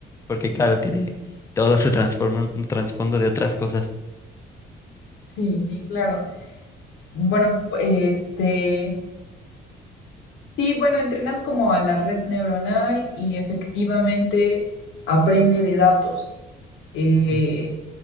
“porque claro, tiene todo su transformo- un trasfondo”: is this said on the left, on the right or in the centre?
Left